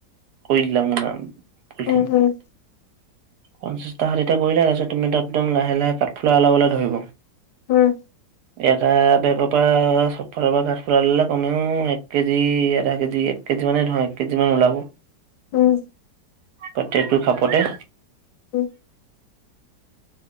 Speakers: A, on the right (about 70°); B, on the left (about 80°).
A: কৰি দিলে মুনা পলঠিন
B: উম,
A: পঞ্চাশটা ষাঠিটা কৰিলে তাৰপিছত তুমি তাত একদম লাহে লাহে কাঠফুলা উলাবলে ধৰিব।
B: উম।
A: <inaudible> এটা বেগৰ পৰা চবফালৰ পৰা কাঠফুলা ললে কমেও এক কেজি, আধা কেজি কেজিমানেই ধৰা এক কেজিমান ওলাব।
B: উম
A: প্ৰত্যেকটো খাপতে
B: উম।